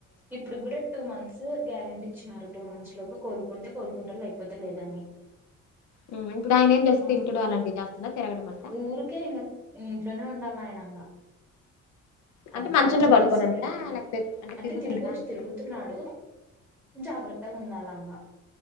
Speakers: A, in the centre; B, on the left (about 70°).
A: ఇప్పుడు కూడా టూ మంత్స్ గ్యారెంటీ ఇచ్చినారు టూ మంత్స్ లోపు కోలుకుంటే కోలుకుంటారు లేకపోతే లేదని
B: ఉ ఇప్పుడు ఆయన ఏం జస్ట్
A: ఆ
B: తిన్టుడు అలాంటివి చేస్తడా తిరగడం అంటే
A: ఊరికే ఇంగ ఇంట్లోనే ఉండాలి ఆయనంగా
B: అంటే
A: అది
B: మంచంలో
A: బాడీ మొత్తం
B: పడుకోనంట
A: స్ప్రెడ్ అయింది
B: లేకపోతే
A: అంటే
B: తిరుగుతుంటా
A: తిరగొచ్చు
B: అంట
A: తిరుగుతున్నాడు జాగ్రత్తగా ఉండాల ఇంగ